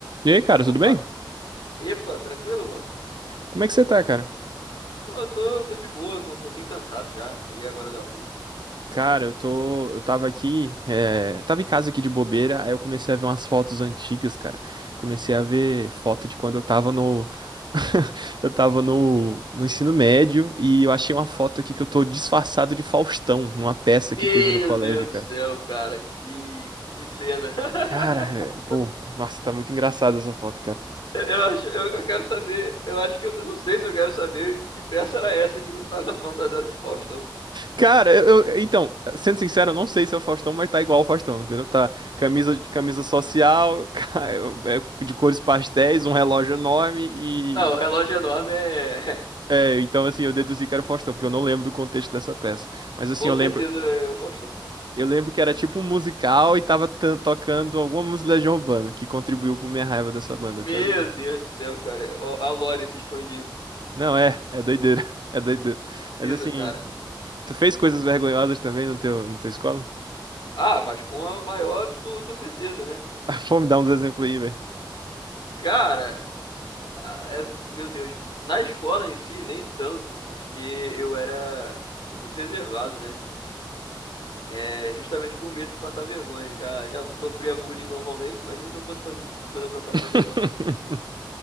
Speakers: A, on the right; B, on the left.
A: E aí, cara,
B: Opa,
A: tudo bem?
B: epa, tranquilo, mano?
A: Como é que você tá, cara?
B: Pô, eu tô, tô de boa, tô um pouquinho cansado já. Cheguei agora da rua.
A: Cara, eu tô. Eu tava aqui. É, tava em casa aqui de bobeira, aí eu comecei a ver umas fotos antigas, cara. Comecei a ver foto de quando eu tava no. <laughs> Eu tava no, no ensino médio e eu achei uma foto aqui que eu tô disfarçado de Faustão, numa peça
B: Meu
A: que teve no colégio,
B: Deus do
A: cara.
B: céu, cara, que, que cena. <laughs>
A: Cara, é, pô, nossa, tá muito engraçada essa foto, cara.
B: Eu, eu acho, eu, eu quero saber, eu acho que eu, eu não sei se eu quero saber que peça era essa que não tava fantasiada de Faustão.
A: Cara, eu, eu- então, sendo sincero, eu não sei se é o Faustão, mas tá igual o Faustão, entendeu? Tá camisa de camisa social, <laughs> ca- é, de cores pastéis, um relógio enorme e
B: Ah, o relógio enorme é,
A: é, então assim, eu deduzi que era o Faustão, porque eu não lembro do contexto dessa peça.
B: <laughs>
A: Mas assim,
B: com
A: eu
B: certeza
A: lembro,
B: é o Faustão.
A: eu lembro que era tipo um musical e tava tan- tocando alguma música de Legião Urbana, que contribuiu pra minha raiva dessa banda
B: Meu
A: até hoje.
B: Deus do céu, cara, ó, a lore se expandindo.
A: Não, é, é doideira, <laughs> é doideira.
B: Tristeza,
A: Mas assim,
B: cara.
A: tu fez coisas vergonhosas também no teu, na tua escola?
B: Ah, mas com a maior absoluta certeza, né?
A: <laughs> Pô, me dar uns exemplos aí, velho.
B: Cara, Ah, é- Meu Deus. Na escola em si, nem tanto, porque eu era muito reservado, né? É, justamente por medo de passar vergonha. Já, já sofria bullying normalmente, imagina se eu fosse fazer coisa pra passar
A: <laughs>
B: vergonha.